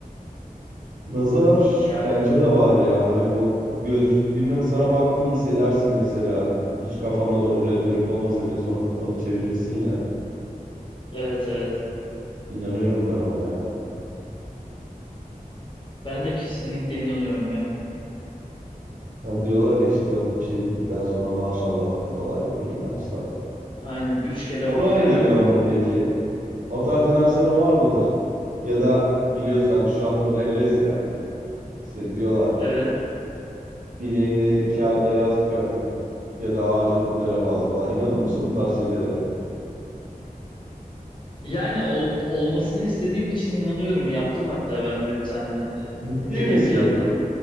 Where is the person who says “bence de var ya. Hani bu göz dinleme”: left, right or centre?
Right